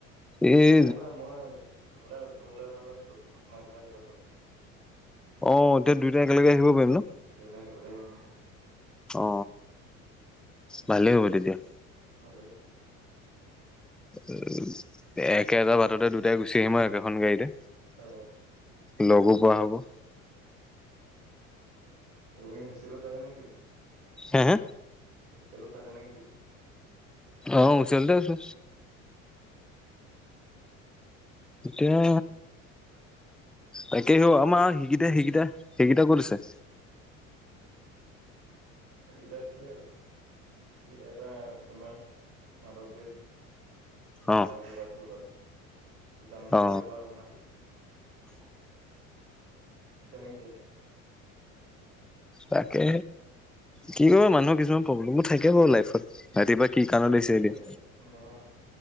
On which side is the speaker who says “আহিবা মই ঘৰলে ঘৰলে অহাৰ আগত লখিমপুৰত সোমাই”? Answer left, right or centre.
Right